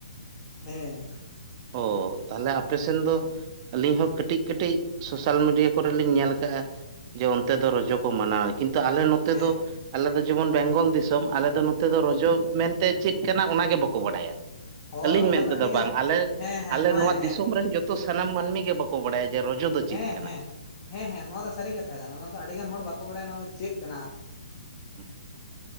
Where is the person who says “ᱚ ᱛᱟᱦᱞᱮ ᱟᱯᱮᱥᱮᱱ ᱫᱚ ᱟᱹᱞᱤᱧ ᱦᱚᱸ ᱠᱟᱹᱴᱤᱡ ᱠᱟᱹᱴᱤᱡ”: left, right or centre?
Right